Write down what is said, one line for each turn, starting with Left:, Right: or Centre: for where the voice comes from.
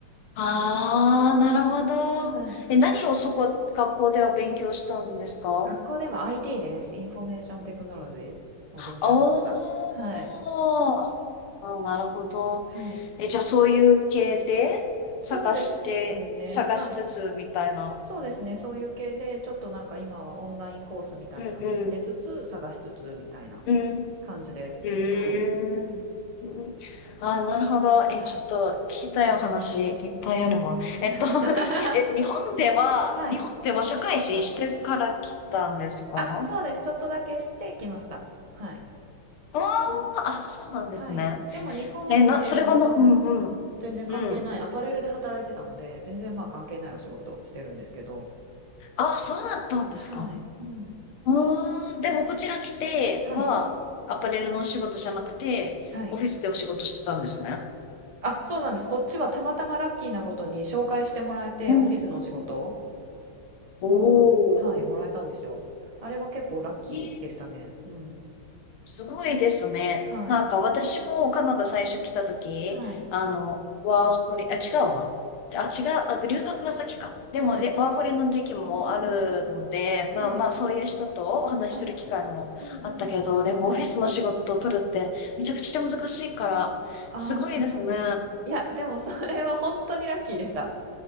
Left: ああ、なるほど。
Right: はい。
Left: え、何をそこ、学校では勉強したんですか
Right: 学校では IT です。インフォメーションテクノロジーを勉強しました。
Left: おー。
Right: はい。
Left: ああ、なるほど。
Right: はい。
Left: え、じゃあそういう系で探して、
Right: そうですね。
Left: 探しつつみたいな。
Right: はい。そうですね。そういう系で、ちょっとなんか今はオンラインコースみたいなのも受けつつ、
Left: うんうん。
Right: 探しつつみたいな
Left: うん。
Right: 感じです。
Left: うーん。
Right: はい。うん。
Left: ああ、なるほど。え、
Right: はい。
Left: ちょっと聞きたいお話いっぱいあるわ。えっと、
Right: <laughs>
Left: <laughs> え、日本では、
Right: はい。
Left: 日本では社会人してから来たんですか
Right: あ、そうです。ちょっとだけしてきました。はい。
Left: ああ、あ、そうなんですね。
Right: はい。でも日本では
Left: え、な、それはな、うんうん。
Right: 全然関係ない、
Left: うん。
Right: アパレルで働いてたので、全然まあ関係ないお仕事してるんですけど。
Left: ああ、そうだったんですか。
Right: はい。うん。
Left: うーん、でもこちら来ては、
Right: はい。
Left: アパレルのお仕事じゃなくて、
Right: はい。
Left: オフィスでお仕事してたんですね。
Right: あ、そうなんです。こっちはたまたまラッキーなことに紹介してもらえて、
Left: うん。
Right: オフィスのお仕事
Left: おー。
Right: を、はい、もらえたんですよ。あれは結構ラッキーでしたね。
Left: えー
Right: うん。
Left: すごいですね。
Right: はい。
Left: なんか私もカナダ最初来た時、
Right: はい。
Left: あの、ワーホリ、あ、違うわ。あ、違う、あ、留学が先か。でも、
Right: はい。
Left: えワーホリの時期もあるので、
Right: うんうん。はい。
Left: まあまあ、そういう人とお話しする機会もあったけど、
Right: はい。うんうん。
Left: でもオフィスの仕事を取るってめちゃくちゃ難しいから、
Right: はい。ああ、
Left: すごいですね。
Right: そうですよね。いや、でもそれは本当にラッキーでした。